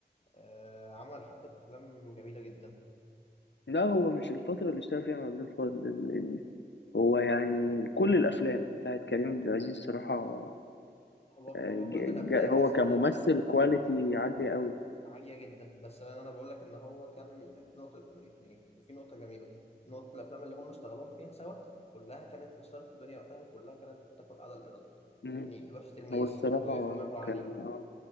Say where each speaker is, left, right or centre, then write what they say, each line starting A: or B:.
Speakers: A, on the left; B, on the left.
A: آه، عمل حبة أفلام جميلة جدا
B: لا هو مش الفترة اللي اشتغل فيها مع عبد الفضل ال- ال- هو يعني كل الأفلام بتاعت كريم عبد العزيز صراحة
A: هو هو
B: ج-
A: كل الافلام
B: ج- هو
A: بس
B: كممثل
A: انا بقول لك
B: كواليتي عالية قوي
A: عالية جدا بس انا أنا بقول لك ان هو كان نقطة يعني في نقطة جميلة نقطة الافلام اللي هم اشتغلوها فيها سوا كلها كانت كسرت الدنيا وقتها وكلها كانت بتاخد اعلى الايرادات
B: مم.
A: يعني الباشا تلميذ
B: هو الصراحة
A: وفيلم ابو علي
B: كان آه،